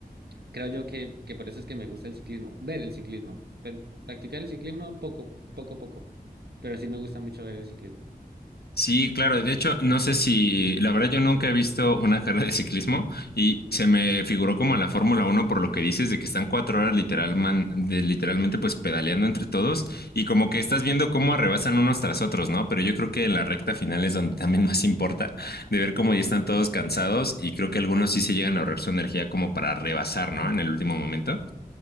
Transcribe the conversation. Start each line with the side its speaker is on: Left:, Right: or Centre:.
Right: creo yo que, que por eso es que me gusta el ciclismo, ver el ciclismo, Pe- practicar el ciclismo poco, poco, poco, pero sí me gusta mucho ver el ciclismo.
Left: Sí, claro. De hecho, no sé si, la verdad, yo nunca he visto una carrera de ciclismo y se me figuró como a la Fórmula Uno por lo que dices de que están cuatro horas literal, man- de, literalmente pues pedaleando entre todos y como que estás viendo cómo arrebasan unos tras otros, ¿no? Pero yo creo que en la recta final es donde también más importa de ver cómo ya están todos cansados y creo que algunos sí se llegan a ahorrar su energía como para rebasar, ¿no? En el último momento.